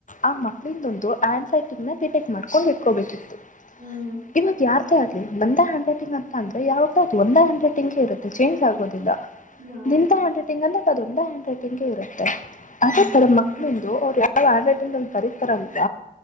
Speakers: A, on the left (about 55°); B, on the right (about 80°).
A: ಆ ಮಕ್ಳಿದೊಂದು ಆ್ಯಂಡ್ ರೈಟಿಂಗ್ ನ ಡಿಟೆಕ್ಟ್ ಮಾಡ್ಕೊಂಡ ಇಟ್ಕೋಬೇಕಿತ್ತು
B: ಹ್ಮ್
A: ಇವಾಗ ಯಾರ್ ದೆ ಆಗಲಿ ನಂದ ಹ್ಯಾಂಡ ರೈಟಿಂಗ ಅಂತಂದರೆ ಯಾವಾಗ ಅದ್ರು ಒಂದು ಹ್ಯಾಂಡ್ ರೈಟಿಂಗ್ ಇರುತ್ತೆ ಚೇಂಜ್ ಆಗೋದಿಲ್ಲ
B: ಯಾವ್ದ್?
A: ನಿಂದ ಹ್ಯಾಂಡ್ ರೈಟಿಂಗ್ ಅಂದ್ರೆ ಅದೊಂದ ಹ್ಯಾಂಡ್ ರೈಟಿಂಗ್ ಇರುತ್ತೆ ಅ
B: ಹ್ಮ್
A: ತರ ಮಕ್ಕಳುನು ಅವ್ರು ಯಾವ್ ಹ್ಯಾಂಡರೈಟಿಂಗ್ ಅಲ್ಲಿ ಬರೀತಾರಲ್ವ